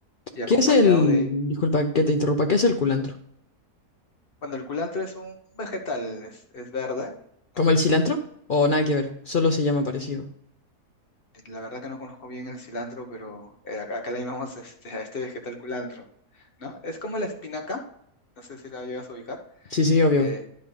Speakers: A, on the left; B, on the left.
A: y acompañado
B: ¿Qué es el,
A: de,
B: disculpa que te interrumpa, qué es el culantro?
A: Bueno, el culantro es un vegetal, es, es verde,
B: ¿Como
A: ¿no?
B: el cilantro? O nada que ver, solo se llama parecido.
A: La verdad que no conozco bien el cilantro, pero eh, acá acá le llamamos <laughs> este, a este vegetal culantro, ¿no? Es como la espinaca, no sé si la llevas a ubicar.
B: Sí, sí, obvio.
A: Eh,